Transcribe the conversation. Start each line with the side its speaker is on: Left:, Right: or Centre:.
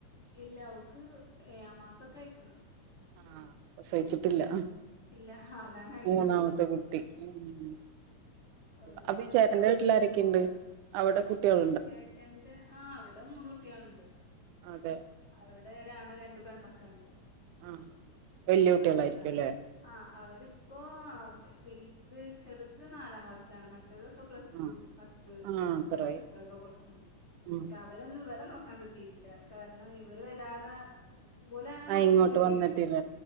Left: ഇല്ല. അവക്ക് ഏഴാം മാസൊക്കെ ആയിക്കണ്.
Right: ആഹ്. പ്രസവിച്ചിട്ടില്ല.
Left: ഇല്ല ആകാനായിട്ടുള്ളൂ
Right: മൂന്നാമത്തെ കുട്ടി. ഉം
Left: അത് പിന്നെ
Right: അപ്പൊ ഈ ചേട്ടന്റെ
Left: ആഹ്
Right: വീട്ടില് ആരൊക്കെയുണ്ട്.
Left: ഓലെ
Right: അവിടെ കുട്ടികൾ
Left: ചേട്ടന്റെ ആഹ് അവിടെ മൂന്നുകുട്ടികളുണ്ട്.
Right: അതെ.
Left: അവിടെ ഒരാണും രണ്ട് പെണ്ണൊക്കെ ഉണ്ട്.
Right: ആഹ് വെല്യ കുട്ടികളായിരിക്കും
Left: അവര്
Right: ല്ലേ
Left: ആഹ് അവരിപ്പോ ആഹ് വെ വെൽത് ചെറുത് നാലാം ക്ലാസ്സിലാണ് മറ്റ് മറ്റേതൊക്കെ പ്ലസ്
Right: ആഹ്
Left: ടു, പത്ത് <unintelligible>
Right: ആഹ് അത്രായി
Left: അത്രൊക്കെ പോന്നതാ ഉം
Right: ഉം
Left: ചാ അവരൊന്നും ഇവരെ നോക്കാൻ കിട്ടിയിട്ടില്ല കാര ആഹ് ഇവര് വല്ലാതെ ഓലങ്ങനെ
Right: ആഹ്
Left: നോക്കൊന്നുല്ലേയ്നി
Right: ഇങ്ങോട്ട് വന്നിട്ടില്ല